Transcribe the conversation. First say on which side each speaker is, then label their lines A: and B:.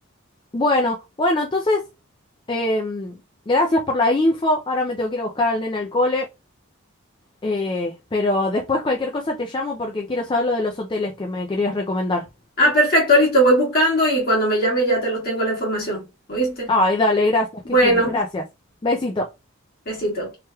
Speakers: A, on the left (about 20°); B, on the left (about 45°).
A: Bueno, bueno, entonces, em, gracias por la info. Ahora me tengo que ir a buscar al nene al cole. eh, pero después cualquier cosa te llamo porque quiero saber lo de los hoteles que me querías recomendar.
B: Ah, perfecto, listo, voy buscando y cuando me llame ya te los tengo la información. ¿Oíste?
A: Ay, dale, gracias,
B: Bueno,
A: qué genia, gracias. Besito.
B: besito.